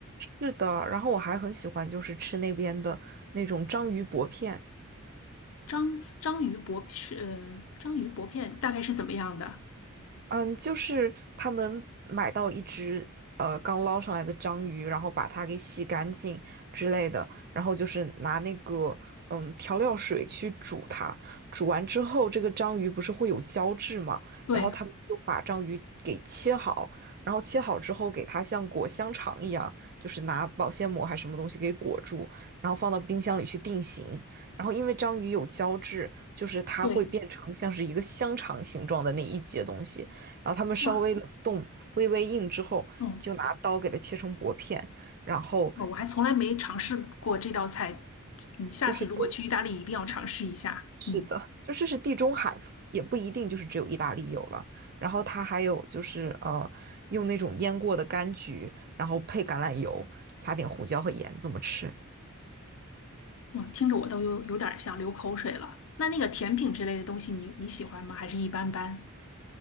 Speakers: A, on the right; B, on the left.
A: 是的，然后我还很喜欢就是吃那边的那种章鱼薄片，
B: 章章鱼薄是呃章鱼薄片大概是怎么样的？
A: 嗯，就是他们买到一只呃刚捞上来的章鱼，然后把它给洗干净之类的，然后就是拿那个嗯调料水去煮它，煮完之后这个章鱼不是会有胶质嘛，
B: 对
A: 然后他们就把章鱼给切好，然后切好之后给它像裹香肠一样，就是拿保鲜膜还是什么东西给裹住，然后放到冰箱里去定型，然后因为章鱼有胶质，就是它会变成像是一个香肠形状的那一节东西。
B: 对，
A: 然后他们稍微冷冻、
B: 哇，
A: 微微硬之后，
B: 嗯。
A: 就拿刀给它切成薄片，然后
B: 哦我还从来没尝试过这道菜，你下次如果去意大利一定要尝试一下。
A: 就是跟是的，
B: 嗯，
A: 就这是地中海，也不一定就是只有意大利有了。然后它还有就是呃，用那种腌过的柑橘，然后配橄榄油，撒点胡椒和盐这么吃。
B: 哇，听着我都有有点儿想流口水了。那那个甜品之类的东西你，你喜欢吗？还是一般般？